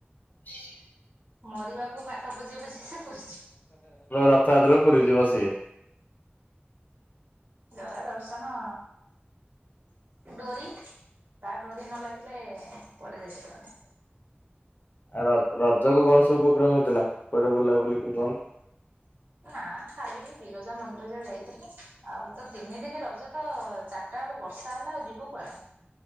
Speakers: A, on the left (about 50°); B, on the right (about 50°).
A: ହ
B: ମରିବାକୁ ବାଟ ପୋଜିବାଷ ପ
A: ରଥଯାତ୍ର ପୁରୀ ଯିବ ସିଏ
B: ଜଗା ଦର୍ଶନ ଡୋରି ତା ଡୋରି ନ ଲାଗିଲେ ପରେଆଡେ ଯାଇପାରିବନି
A: ଆଉ ର ରଜ କ କଣ ସବୁ ପକ ମିଥିଲା କୁଆଡେ ବୁଲା ବୁଲିିକି କଣ
B: ନା ଖାଲି ବିରଜା ମନ୍ଦିର ଯା ଯାଇଥିଲି ଆଉ ତ ତିନି ଦିନି ରଜ ତ ଚାରିଟା ବେଳ ବର୍ଷା ହେଲା ଆଉ ଯିବୁ କୁଆ